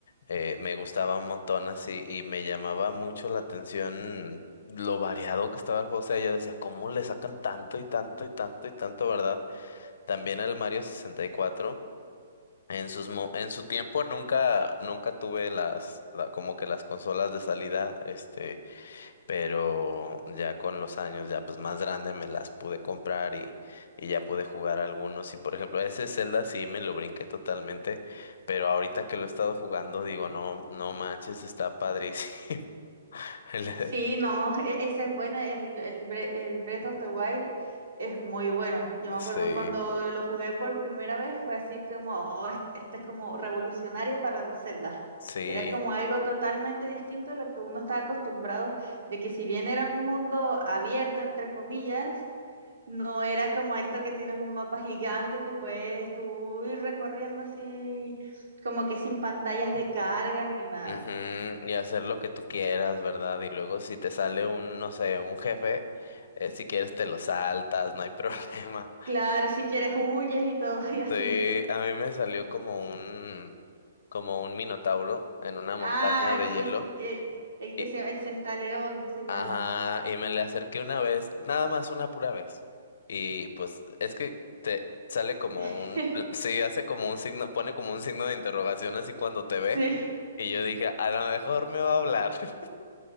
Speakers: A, on the left; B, on the right.
A: Eh, me gustaba un montón así y me llamaba mucho la atención lo variado que estaba el juego. O sea, yo decía, ¿cómo le sacan tanto y tanto y tanto y tanto, verdad? También al Mario 64. En sus mo- en su tiempo nunca nunca tuve las la, como que las consolas de salida, este pero ya con los años, ya pues más grande, me las pude comprar y, y ya pude jugar algunos. Y por ejemplo, ese Zelda sí me lo brinqué totalmente, pero ahorita que lo he estado jugando, digo, no, no manches, está padrísimo. <laughs> El-
B: Sí, no, <laughs> e- ese es bueno, el, el, Bre- el Breath of the Wild es muy bueno. Yo me acuerdo
A: Sí,
B: cuando lo jugué por primera vez, fue así como, "Oh, este, este es como revolucionario para los Zeldas.
A: sí.
B: Era como algo totalmente distinto a lo que uno estaba acostumbrado, de que si bien era un mundo abierto, entre comillas, no era como esto que tienes un mapa gigante que puedes tú ir recorriendo así, como que sin pantallas de carga ni nada.
A: ujú, Y hacer lo que tú quieras, ¿verdad? Y luego si te sale un, no sé, un jefe, eh, si quieres te lo saltas, no hay <laughs> problema.
B: Claro, si quieres huyes y todo <laughs> y así.
A: Sí, a mí me salió como un, como un minotauro en una montaña
B: Ah,
A: de
B: sí,
A: hielo.
B: eh, el
A: Y,
B: que se el Centaleón se llama.
A: ajá, y me le acerqué una vez, nada más una pura vez. Y pues es que te sale como
B: <laughs>
A: un, sí, hace como un signo, pone como un signo de interrogación así cuando te ve.
B: Sí,
A: Y yo dije, a lo mejor me va a hablar. <laughs>